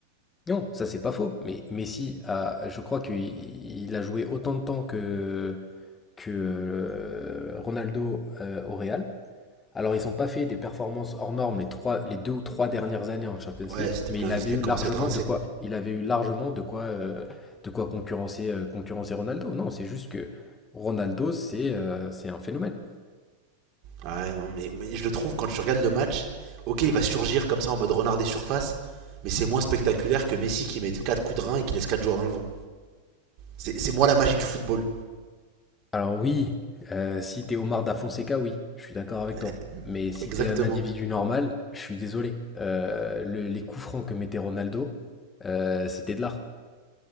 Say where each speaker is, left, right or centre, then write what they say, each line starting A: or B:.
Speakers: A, on the left (about 15°); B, on the right (about 40°).
A: Non, ça c'est pas faux, mais Messi, a, je crois qu'il il a joué autant de temps que, que euh, Ronaldo euh, au Real. Alors, ils n'ont pas fait des performances hors normes les trois, les deux ou trois dernières années en Champions
B: Ouais,
A: League,
B: c'était
A: mais
B: plein,
A: il avait
B: ils étaient
A: eu
B: commencé
A: largement
B: à être rincés.
A: de quoi, il avait eu largement de quoi, euh, de quoi concurrencer, euh, concurrencer Ronaldo. Non, c'est juste que Ronaldo, c'est euh, c'est un phénomène.
B: Ouais, non, mais, mais je le trouve, quand tu regardes le match, ok, il va surgir comme ça en mode renard des surfaces, mais c'est moins spectaculaire que Messi qui met 4 coups de rein et qui laisse 4 joueurs dans le vent. C'est c'est moi la magie du football.
A: Alors oui, euh, si t'es Omar Da Fonseca, oui, je suis d'accord avec
B: <laughs>
A: toi. Mais si
B: Exactement.
A: t'es un individu normal, je suis désolé. Euh, le- les coups francs que mettait Ronaldo, euh, c'était de l'art.